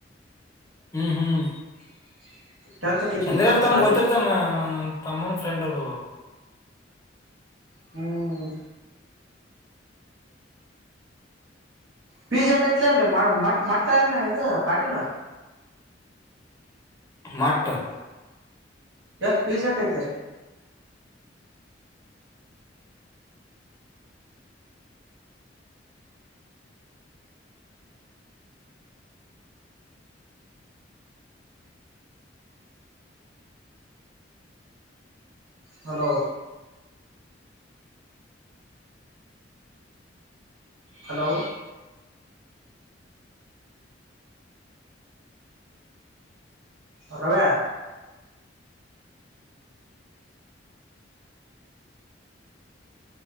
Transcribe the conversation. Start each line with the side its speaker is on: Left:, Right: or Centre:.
Left: ಹ್ಮ್ ಹ್ಮ್.
Right: <inaudible> ಕಿತ್ತಿ
Left: ಚಂದ್ರ
Right: ಬಿಟ್ರಪ್ಪ
Left: ತಮ್ಮ
Right: ಸಾಲಿ
Left: ಗೊತ್ತಿರ್ತಾನ ನಮ್ ತಮ್ಮನ್ ಫ್ರೆಂಡ್ <inaudible>
Right: ಹ್ಮ್. ಪಿಜ್ಜಾಹಟ್ ಐತಿಲೆ ಅಲ್ಲ ಮ ಮ ಮಟ್ಟನ್ ಇದ ಪಾಟೀಲ.
Left: ಮಟ್ಟ
Right: ಎಷ್ಟು ಪೀಜ ಎಟ್ ಐತಿ. ಹಲೋ ಹಲೋ ರವ್ಯ